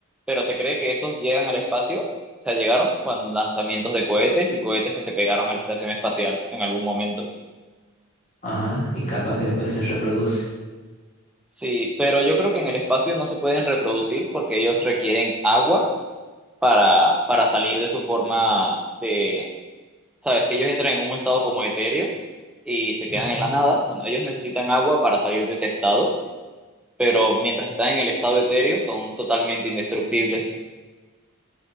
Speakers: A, in the centre; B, on the left (about 30°).
A: pero se cree que esos llegan al espacio, o sea, llegaron con lanzamientos de cohetes y cohetes que se pegaron a la estación espacial en algún momento.
B: Ajá, y capaz que después se reproducen.
A: Sí, pero yo creo que en el espacio no se pueden reproducir porque ellos requieren agua para, para salir de su forma de, sabes, que ellos entran en un estado como etéreo y se quedan
B: Ujú.
A: en la nada. Bueno, ellos necesitan agua para salir de ese estado, pero mientras están en el estado etéreo son totalmente indestructibles.